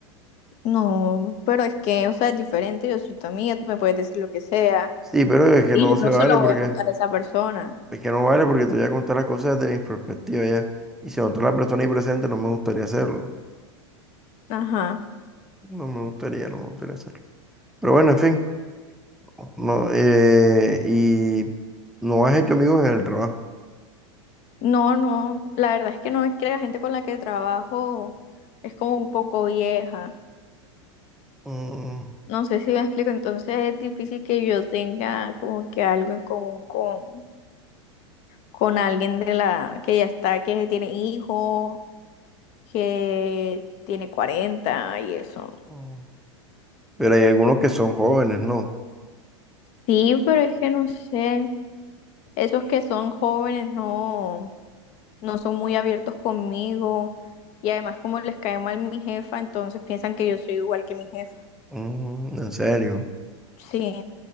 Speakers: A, on the left; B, in the centre.
A: No, pero es que, o sea, es diferente, yo soy tu amiga, tú me puedes decir lo que sea
B: Sí, pero es que
A: y
B: no
A: yo
B: se
A: no
B: vale
A: se lo voy
B: porque
A: a contar a esa persona.
B: Es que no vale porque te voy a contar las cosas desde mi perspectiva ya. Y si otra persona ahí presente, no me gustaría hacerlo.
A: Ajá.
B: No me gustaría, no me gustaría hacerlo. Pero bueno, en fin. No, eh, y no has hecho amigos en el trabajo.
A: No, no, la verdad es que no es que la gente con la que trabajo es como un poco vieja.
B: Mm,
A: No sé si me explico, entonces es difícil que yo tenga como que algo en común con con alguien de la que ya está, que tiene hijos, que tiene 40 y eso.
B: mm. Pero hay algunos que son jóvenes, ¿no?
A: Sí, pero es que no sé, esos que son jóvenes no, no son muy abiertos conmigo y además como les cae mal mi jefa, entonces piensan que yo soy igual que mi jefa.
B: Mm, en serio.
A: Sí,